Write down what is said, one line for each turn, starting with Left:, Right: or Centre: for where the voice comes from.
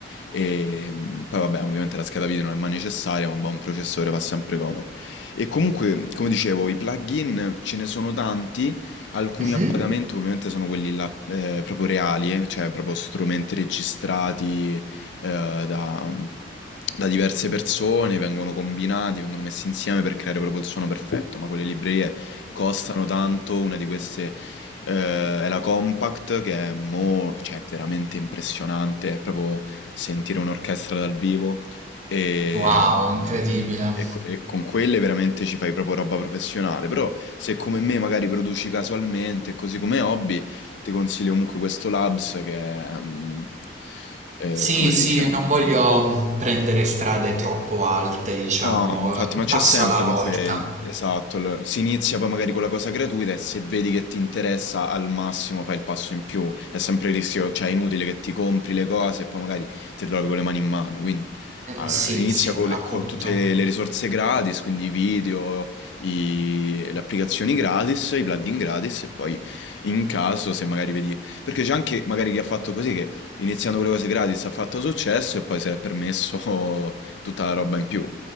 Left: E mh, poi vabbè, ovviamente la scheda video non è mai necessaria, ma un buon processore fa sempre comodo. E comunque, come dicevo, i plugin ce ne sono tanti, alcuni
Right: Mhm.
Left: a pagamento ovviamente sono quelli là, eh, proprio reali, eh, cioè proprio strumenti registrati eh, da, da diverse persone, vengono combinati, vengono messi insieme per creare proprio il suono perfetto, ma quelle librerie costano tanto, una di queste eh, è la Compact che è, mo- cioè, è veramente impressionante, è proprio sentire un'orchestra dal vivo e,
Right: Wow, incredibile.
Left: e que- e con quelle veramente ci fai proprio roba professionale, però se come me magari produci casualmente, così come hobby, ti consiglio comunque questo Labs che è, mm, eh,
Right: Sì,
Left: come si
Right: sì,
Left: dice?
Right: non voglio mh, prendere strade troppo alte, diciamo,
Left: No, infatti,
Right: un
Left: ma c'è
Right: passo
Left: sempre
Right: alla
Left: comunque
Right: volta.
Left: il- esatto, il- si inizia poi magari con la cosa gratuita e se vedi che ti interessa al massimo fai il passo in più, è sempre il rischio, cioè è inutile che ti compri le cose e poi magari ti trovi con le mani in mano, quindi
Right: Eh,
Left: allora,
Right: sì,
Left: inizia
Right: sì,
Left: con,
Right: appunto.
Left: le- con tutte le risorse gratis, quindi i video, i- le applicazioni gratis, i plugin gratis e poi in caso se magari vedi, perché c'è anche magari chi ha fatto così che iniziando con le cose gratis ha fatto successo e poi si è permesso <laughs> tutta la roba in più.